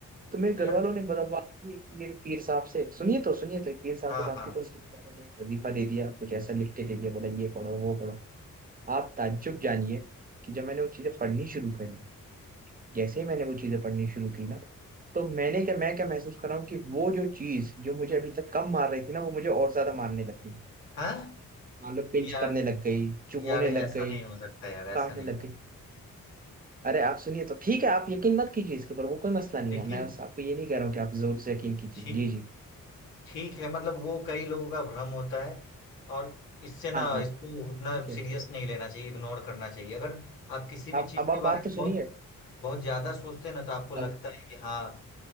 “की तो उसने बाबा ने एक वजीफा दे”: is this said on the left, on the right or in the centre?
Right